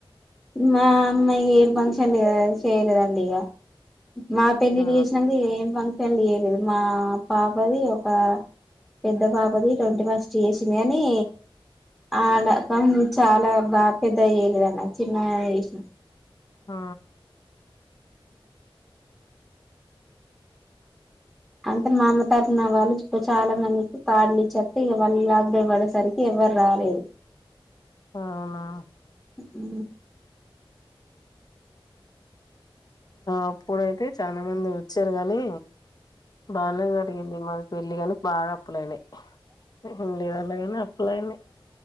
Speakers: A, in the centre; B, on the left (about 45°).
A: మా మ ఫంక్షన్ లేద చేయలేదండి ఇగ మా పెళ్లిలు
B: ఆ
A: చేసినాక ఏం ఫంక్షన్ల లేయలేదు మా పాపది ఒక పెద్ద పాపది ట్వంటీ ఫస్ట్ చేసింది గని ఆడ చాలా బాగా పెద్ద అయ్యలేదన్న చిన్నగనే చేసిన
B: ఆ
A: అంటే మా అమ్మ తరఫున వాళ్ళు చాలా మందికి కార్డులు ఇచ్చేస్తే ఇగ వాళ్ళ లాక్ డే పడేసరికి ఎవ్వరు రాలేదు
B: అవునా
A: ఉ
B: అప్పుడైతే చాలా మంది వచ్చారు గని బానే జరిగింది మాది పెళ్లికానీ బాగా అప్పులయినాయి ఉళ్ండదల్ళ అప్పులయినాయి